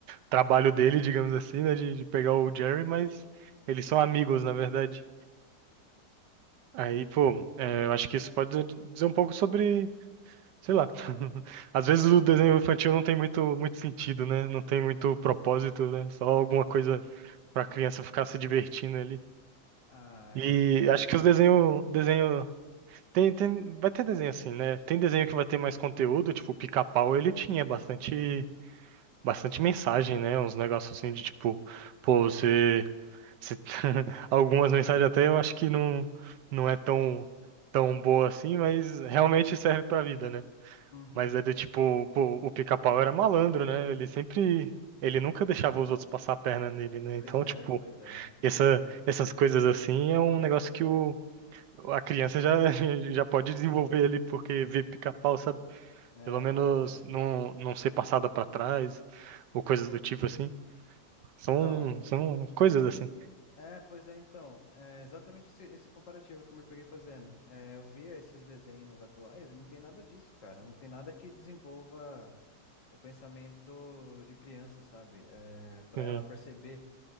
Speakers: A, on the right; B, on the left.
A: trabalho dele, digamos assim, né? De, de pegar o Jerry, mas eles são amigos, na verdade. Aí, pô, é, eu acho que isso pode dizer dizer um pouco sobre, sei lá. <laughs> Às vezes
B: É,
A: o desenho infantil não tem muito, muito sentido, né? Não tem muito propósito, né? Só alguma coisa pra criança ficar se divertindo ali.
B: ah,
A: E
B: é,
A: acho que
B: é.
A: os desenho, desenho Tem, tem, vai ter desenho assim, né? Tem desenho que vai ter mais conteúdo, tipo, o Pica-Pau, ele tinha bastante, bastante mensagem, né? Uns negócios assim de tipo, pô, você, você- <laughs> Algumas mensagens até eu acho que não, não é tão, tão boa assim, mas realmente serve pra vida, né?
B: Uhum.
A: Mas é do tipo, pô, o Pica-Pau era malandro, né? Ele sempre, ele nunca deixava os outros passar a perna nele, né?
B: Pois
A: Então,
B: é,
A: tipo,
B: pois é.
A: essa, essas coisas assim é um negócio que o a criança já, <laughs> já pode desenvolver ali porque vê pica-pau, sabe?
B: É,
A: Pelo menos
B: pois é.
A: não, não ser passada pra trás ou coisas do tipo assim. São,
B: Então,
A: são coisas assim.
B: é, pois é, então. É exatamente esse, esse comparativo que eu me peguei fazendo. É, eu via esses desenhos atuais e não tem nada disso, cara. Não tem nada que desenvolva o pensamento de criança, sabe? É, para
A: Sim,
B: ela perceber